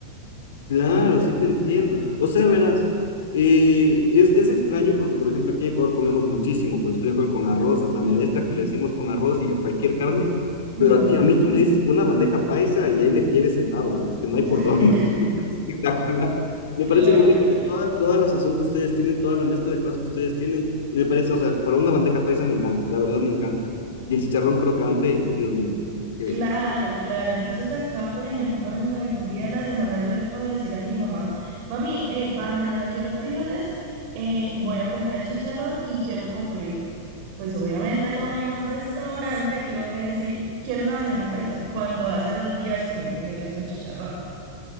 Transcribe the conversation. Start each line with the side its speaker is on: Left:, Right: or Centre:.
Left: Claro, sí te entiendo. O sea, verás, eh, es, es extraño porque, por ejemplo, aquí en Ecuador comemos muchísimo, pues frijol con arroz, es la menestra
Right: Ujú.
Left: que le decimos con arroz y a cualquier carne,
Right: Ujú.
Left: pero a ti, a mí tú me dices una bandeja paisa y ahí me tienes sentado, o sea, es que no
Right: <laughs>
Left: hay por dónde, <laughs> es espectacular. Me
Right: Claro,
Left: parece muy rico,
Right: claro.
Left: o sea, toda, toda la sazón que ustedes tienen, toda la mezcla de cosas que ustedes tienen, me parece, o sea, para una bandeja paisa me encanta, la verdad me encanta. Y el chicharrón crocante, Dios mío, qué
Right: Claro,
Left: bestia.
Right: claro. Entonces acá, por ejemplo, en algún día de la semana yo le puedo decir a mi mamá, mami, eh, para mañana quiero frijoles, eh, voy a comprar el chicharrón y quiero con huevito. Pues obviamente no voy a ir a un restaurante y voy a decir, quiero una bandeja paisa, cuando hace dos días comí frijoles con chicharrón.